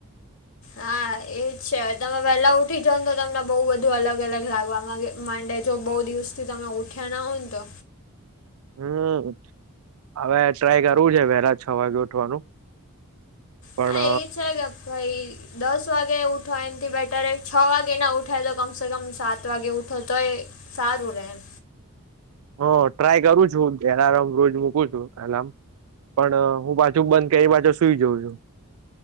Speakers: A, on the left; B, on the right.
A: હા એજ છે તમે વેલા ઉઠી જોઉન તો તમને બહુ બધું અલગ અલગ લાગવા માંગે. મંડે જો બહુ દિવસથી તમે ઉઠ્યા ના હોય ન તો.
B: હમ હવે ટ્રાય કરવું છે વહેલા છ વાગે ઉઠવાનું. પણ
A: હા એ છે ગ ભઈ દસ વાગે ઉઠવા એનથી બેટરે છ વાગે ના ઉઠાય તો કમ સે કમ સાત વાગે ઉઠ ઠું તો એ સારું રે એમ.
B: હ ટ્રાય કરું છું એલારામ રોજ મૂકું છું એલાર્મ. પણ હું પાછુ બંધ કે એ બાછુ સુઈ જઉં છું.